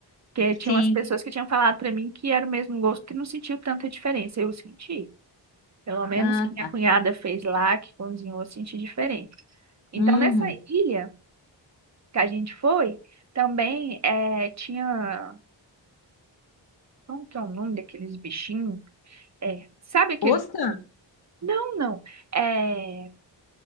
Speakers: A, on the right; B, on the left.
A: Porque tinha
B: Sim.
A: umas pessoas que tinham falado pra mim que era o mesmo gosto, que não sentiu tanta diferença. Eu senti. Pelo menos
B: Ah,
A: que minha
B: tá.
A: cunhada fez lá, que cozinhou, eu senti diferente. Então,
B: Uhum.
A: nessa ilha que a gente foi, também é, tinha. Como que é o nome daqueles bichinhos? É, sabe aquele.
B: Ostra
A: Não, não. É,